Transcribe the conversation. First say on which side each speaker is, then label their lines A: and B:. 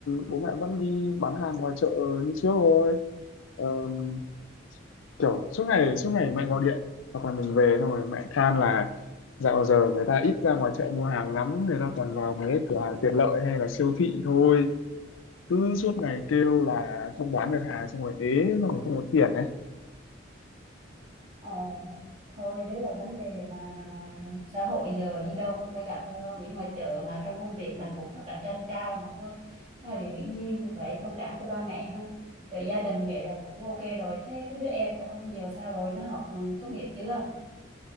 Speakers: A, on the left; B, on the right.
A: bố mẹ vẫn đi bán hàng ngoài chợ như trước thôi Ờm, kiểu suốt ngày suốt ngày mẹ gọi điện hoặc là mình về xong rồi mẹ than là dạo giờ người ta ít ra ngoài chợ mua hàng lắm người ta toàn vào mấy cái cửa hàng tiện lợi hay là siêu thị thôi cứ suốt ngày kêu là không bán được hàng xong rồi ế xong rồi không có tiền ấy
B: Ờ, thôi đấy là vấn đề mà xã hội giờ đi đâu cũng phải gặp thôi không những ngoài chợ mà trong công việc mình cũng có cạnh tranh cao mà ông ơi thôi điều hiển nhiên phải thông cảm cho ba mẹ ha chợ gia đình vậy là cũng ok rồi thế cái đứa em của ông giờ sao rồi nó học ừ, tốt nghiệp chưa